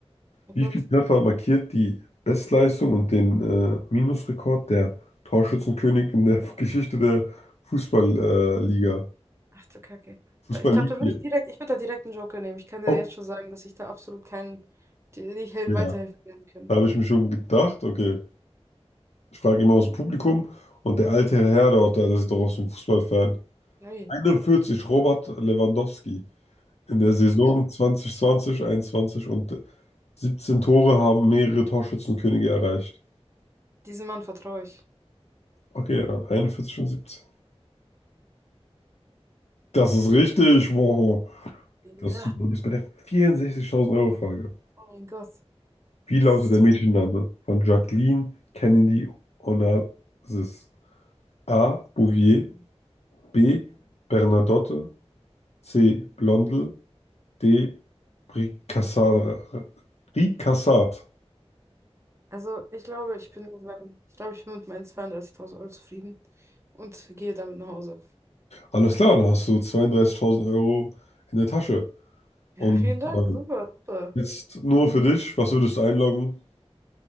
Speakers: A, on the right; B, on the left.
A: oh
B: Wie
A: Gott.
B: viel Treffer markiert die Bestleistung und den äh, Minusrekord der Torschützenkönig in der <laughs> Geschichte der Fußballliga? Äh, Liga?
A: Ach du Kacke.
B: fußball
A: Da, ich glaube,
B: Liga
A: da würde ich direkt, ich würde da direkt einen Joker nehmen. Ich kann dir
B: Oh,
A: jetzt schon sagen, dass ich da absolut keinen, dir nicht hel-
B: ja,
A: weiterhelfen werden können.
B: da habe ich mir schon gedacht. Okay. Ich frage immer aus dem Publikum und der alte Herr dort, der ist doch aus dem Fußballfan.
A: Nee.
B: 41 Robert Lewandowski. In der Saison
A: Ja,
B: zwanzig zwanzig einundzwanzig und 17 Tore haben mehrere Torschützenkönige erreicht.
A: Diesem Mann vertraue ich.
B: Okay, ja, 41 und 17. Das ist richtig, wow. Das
A: Ja.
B: ist super. Du bist bei der 64.000 Euro Frage.
A: Oh mein Gott.
B: Wie lautet
A: Das ist
B: der
A: so.
B: Mädchenname von Jacqueline Kennedy Onassis? A. Bouvier. B. Bernadotte. C. Blondel. De Bricassat. Bricassat.
A: Also ich glaube, ich bin mit meinen, ich glaube, ich bin mit meinen 32.000 Euro zufrieden und gehe damit nach Hause.
B: Alles klar, dann hast du zweiunddreißigtausend Euro in der Tasche.
A: Ja,
B: Und
A: vielen Dank.
B: äh,
A: Super, super.
B: jetzt nur für dich, was würdest du einloggen?